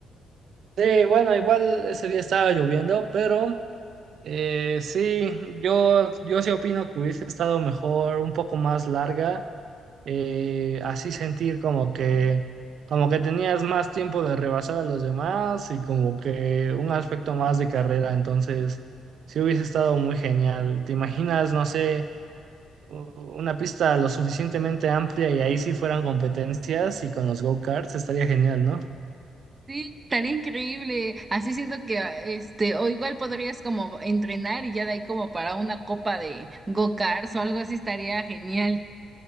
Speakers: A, on the right; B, on the right.
A: Sí, bueno, igual ese día estaba lloviendo, pero eh, sí, yo, yo sí opino que hubiese estado mejor, un poco más larga eh, así sentir como que, como que tenías más tiempo de rebasar a los demás y como que un aspecto más de carrera. Entonces, sí hubiese estado muy genial. ¿Te imaginas, no sé, u- una pista lo suficientemente amplia y ahí sí fueran competencias y con los go-karts? Estaría genial, ¿no?
B: Sí, estaría increíble. Así siento que, ah, este, o igual podrías como entrenar y ya de ahí como para una copa de go-karts o algo así estaría genial.